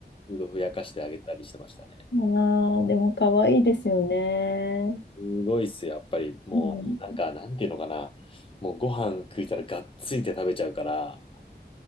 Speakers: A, on the left; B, on the left.
A: フードふやかしてあげたりしてましたね。
B: ああ、でも可愛いですよね。
A: すごいっすよ、やっぱり。もう、
B: うん。
A: なんか、なんていうのかな。もう、ご飯食いたらがっついて食べちゃうから、